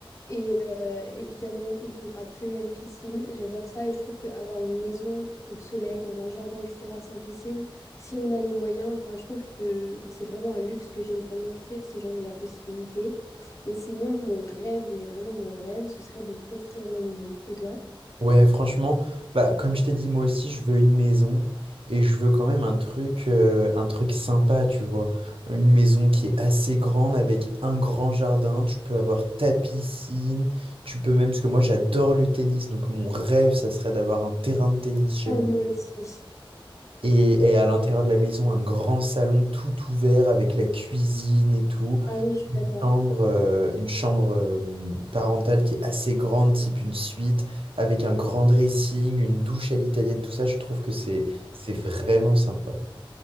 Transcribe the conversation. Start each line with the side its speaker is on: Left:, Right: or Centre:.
Left: Et euh, évidemment, il me faudra absolument une piscine. J'adore ça et je trouve qu'avoir une maison au soleil, dans un jardin, etc., sans piscine, si on a les moyens, enfin, je trouve que c'est vraiment un luxe que j'aimerais m'offrir si j'en ai la possibilité. Et sinon, mon rêve, mais vraiment mon rêve, ce serait de construire ma maison. Et toi?
Right: Ouais, franchement, bah, comme je t'ai dit, moi aussi, je veux une maison et je veux quand même un truc, euh, un truc sympa, tu vois. Une maison qui est assez grande avec un grand jardin. Tu peux avoir ta piscine. Tu peux même, parce que moi, j'adore le tennis. Donc, mon rêve, ça serait d'avoir un terrain de tennis chez
Left: Ah,
Right: moi.
Left: moi aussi.
Right: Et, et à l'intérieur de la maison, un grand salon tout ouvert avec la cuisine et tout
Left: Ah oui, je suis d'accord.
Right: chambre, euh, une chambre euh, parentale qui est assez grande, type une suite, avec un grand dressing, une douche à l'italienne, tout ça, je trouve que c'est c'est vraiment sympa.